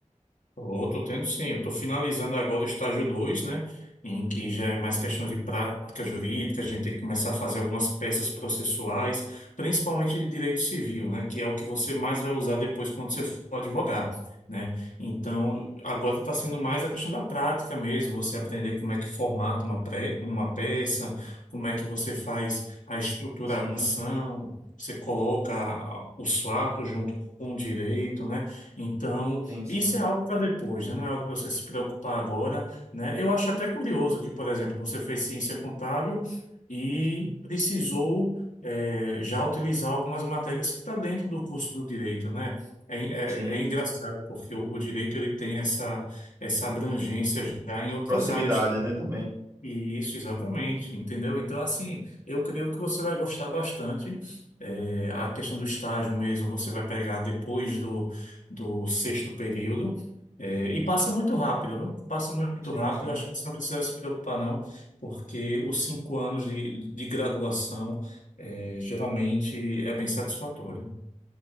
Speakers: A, on the left; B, on the right.
A: Estou, tô tendo sim. Eu estou finalizando agora o estágio dois né? Em que já é mais questão de prática jurídica, a gente tem que começar a fazer algumas peças processuais, principalmente de direito civil, né? Que é o que você mais vai usar depois quando você for advogar, né? Então, agora está sendo mais a questão da prática mesmo, você aprender como é que formata uma, pré, uma peça, como é que você faz a estruturação,
B: Sim,
A: você coloca os fatos junto com o direito, né? Então.
B: sim, sim,
A: Isso é algo para depois, né? Não é algo para você se preocupar agora, né? Eu acho até curioso que, por exemplo, você fez ciência contábil e precisou eh, já utilizar algumas matérias que está dentro do curso do direito, né? É,
B: sim.
A: é- é engraçado porque o, o direito ele tem essa essa abrangência já em outras
B: Proximidade,
A: áreas
B: né, também.
A: isso, exatamente, entendeu? Então, assim, eu creio que você vai gostar bastante. É, a questão do estágio mesmo, você vai pegar depois do, do sexto período. É, e passa muito rápido, viu? Passa muito
B: Sim,
A: rápido.
B: sim.
A: Acho que você não precisa se preocupar, não, porque os cinco anos de, de graduação, é, geralmente é bem satisfatório.